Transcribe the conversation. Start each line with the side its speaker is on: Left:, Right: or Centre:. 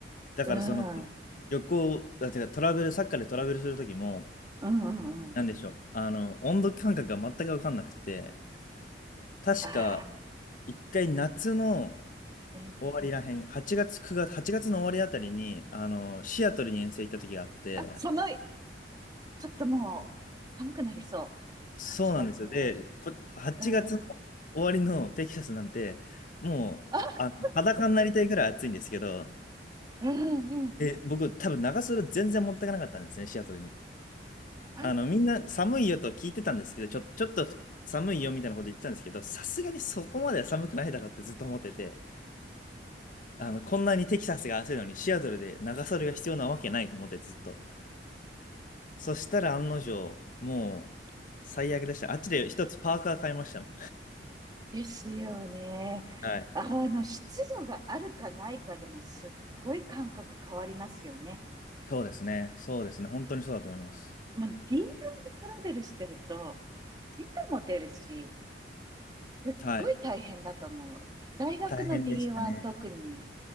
Left: だからその
Right: うん。うん
Left: 旅行、だからトラベル、サッカーでトラベルする時も、
Right: うんうん。
Left: なんでしょう、あの、温度感覚が全く分かんなくて、確か
Right: ああ、
Left: 一回夏の
Right: うん。
Left: 終わりらへん、8月、9月、8月の終わりあたりに、あの、シアトルに遠征行った時があって、
Right: あ、寒い。ちょっともう、寒くなりそう。
Left: そうなんですよ。
Right: 8月の終わり。
Left: で、こ、8月の
Right: うん。
Left: 終わりのテキサスなんて、もう、
Right: あ、
Left: あの、裸になりたいぐらい暑いんですけど、
Right: うんうん。
Left: え、僕、多分長袖全然持ってかなかったんですね、シアトルに。
Right: あ、
Left: あの、みんな寒いよと聞いてたんですけど、ちょ、ちょっと寒いよみたいなこと言ってたんですけど、さすがにそこまでは寒くないだろうってずっと思ってて、あの、こんなにテキサスが暑いのにシアトルで長袖が必要なわけないと思ってずっと。そしたら案の定、もう最悪でした。あっちで一つパーカー買いましたもん。
Right: ですよね。
Left: はい。
Right: あの、湿度があるかないかでもすっごい感覚変わりますよね。
Left: そうですね。そうですね。本当にそうだと思います。
Right: もう林業でトラベルしてると、時差も出るし、すっごい大変だと思う。
Left: はい。
Right: 大学の
Left: 大変でしたね。
Right: D1 特に。